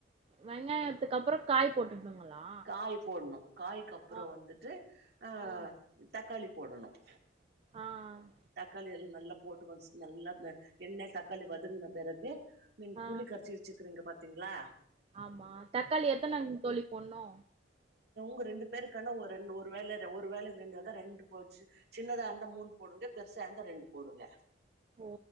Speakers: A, on the right; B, on the right.
A: வெங்காயத்துக்கு அப்புறம் காய் போட்டுக்கணுங்களா
B: காய் போடணும் காய்க் அப்புறம்
A: ஆ
B: வந்துட்டு ஆஹ்
A: ஆ
B: தக்காளி போடணும்
A: ஆஹ் ஆஹ்
B: தக்காளி எல் நல்லா போட்டு கொஸ் நல்லா த எண்ணெ தக்காளி வதங்கின பெறகு நீங்
A: ஆ
B: புளி கரைச்சி வெச்சுக்கிறீங்க பா திங்ளா
A: ஆமா தக்காளி எத்தனங் தோழி பொட்ணு
B: வு ரெண்டு பேருக்கான ஒர் ரண் ஒரு வேல ஒரு வேல ரெண்டு த ரெண்டு போச்சு சின்னதா இருந்தா மூண் போடுங்க பெருசாருந்தா ரெண்டு போடுங்க
A: ஓ